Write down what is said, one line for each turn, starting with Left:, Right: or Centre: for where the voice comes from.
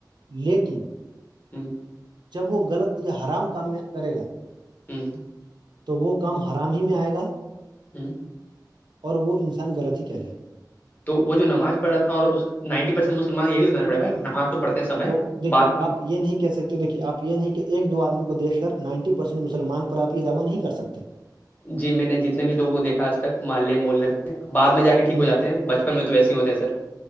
Right: لیکن
Left: ہوں
Right: جب وہ غلط یا حرام کام میں کرے گا
Left: جوں
Right: تو وہ کام حرام ہی میں آئے گا
Left: ہوں
Right: اور وہ انسان غلطی ہی کہہ لائے
Left: تو وہ جو ناز پڑا تھا اور اس نائنٹی پرسینٹ مسلمان یہی ہوتا پڑھا بائی نماز تو پڑھتے ہیں سب ہے
Right: تو دیکھیے
Left: بعد
Right: آپ یہ نہیں کہہ سکتے دیکھیے آپ ہی کہ ایک دو آدمی کو دھ کر نائنٹی پرسینٹ مسلمان پر آ یہ دعوی نہیں کر سکتے
Left: جی میں نے جتنے بھی لووں کو دیکھا آج تک محلے محلے میں بعد میں جا کے ٹھیک
Right: ہوں۔
Left: ہو جاتے ہیں بچ میں تو ویسے ہوتے ہیں سر